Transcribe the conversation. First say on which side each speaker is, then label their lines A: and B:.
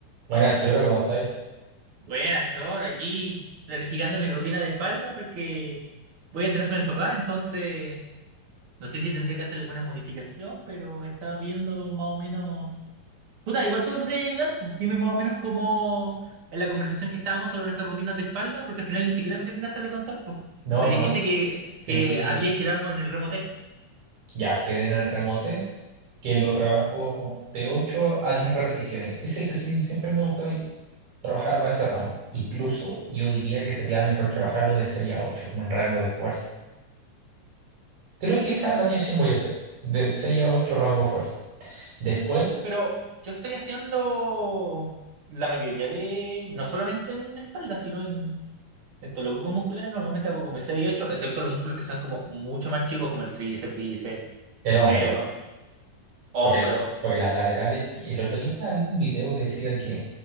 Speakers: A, on the right (about 70°); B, on the right (about 40°).
A: Buenas, Choro, ¿cómo estáis?
B: Buena, Choro, aquí planificando mi rutina de espalda porque voy a entrenar con el papá, entonces no sé si tendré que hacer alguna modificación, pero estaba viendo más o menos... Puta, igual tú me podrías ayudar. pues. Dime más o menos cómo en la conversación que estábamos sobre nuestras rutinas de espalda, porque al final ni siquiera me terminaste de contar, pues.
A: No,
B: Me
A: pues
B: dijiste
A: no,
B: que,
A: sí,
B: que había y quedamos en el remote,
A: ya quedé en el remote, que lo trabajo de 8 a 10 repeticiones. Ese ejercicio siempre me gusta y- trabajarlo a ese rango. Incluso yo diría que sería mejor trabajarlo de 6 a 8 como en rango de fuerza. Creo que esa variación voy a hacer, de 6 a 8 rango de fuerza. Después,
B: pero yo estoy haciendo la mayoría de, no solamente en espalda, sino en... Entonces, los grupos musculares normalmente hago como 6 y 8, excepto los músculos que sean como mucho más chicos, como el tríceps, bíceps,
A: el
B: gemelo,
A: hombro.
B: hombro.
A: Porque, la- porque las laterales, y el otro día estaba viendo un video que decía que